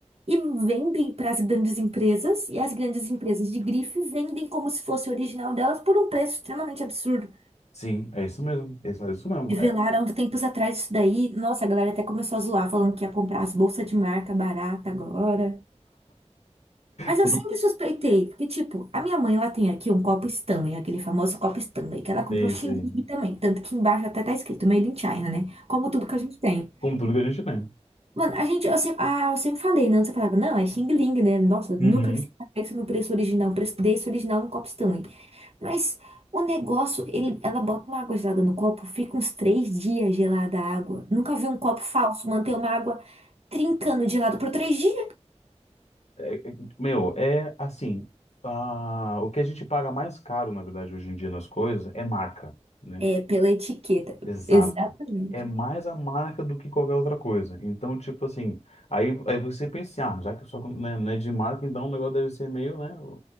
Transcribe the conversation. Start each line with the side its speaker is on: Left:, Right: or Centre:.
Right: e vendem para as grandes empresas, e as grandes empresas de grife vendem como se fosse original delas por um preço extremamente absurdo.
Left: sim, é isso mesmo. É isso é isso mesmo.
Right: Revelaram
Left: É
Right: há uns tempos atrás isso daí. Nossa, a galera até começou a zoar, falando que ia comprar as bolsas de marca barata agora. Mas
Left: tudo,
Right: eu sempre suspeitei, porque, tipo, a minha mãe, ela tem aqui um copo Stanley, aquele famoso copo Stanley, que ela comprou
Left: é isso
Right: Xing
Left: aí.
Right: também. Tanto que embaixo até tá escrito Made in China, né? Como tudo que a gente tem.
Left: Com tudo que a gente tem.
Right: Mano, a gente, eu sempre, ah, eu sempre falei, né? Você falava, não, é Xing Ling, né? Nossa, nunca
Left: Uhum.
Right: que você pega isso no preço original, o preço desse original no copo Stanley. Mas o negócio, ele, ela bota uma água gelada no copo, fica uns três dias gelada a água. Nunca vi um copo falso manter uma água trincando de lado por três dias.
Left: É, é, meu, é assim, ah, o que a gente paga mais caro, na verdade, hoje em dia nas coisas é marca, né?
Right: É, pela etiqueta.
Left: Exato.
Right: Exatamente.
Left: É mais a marca do que qualquer outra coisa. Então, tipo assim, aí, aí você pensa, assim, ah, já que só, né, não é de marca, então o negócio deve ser meio, né?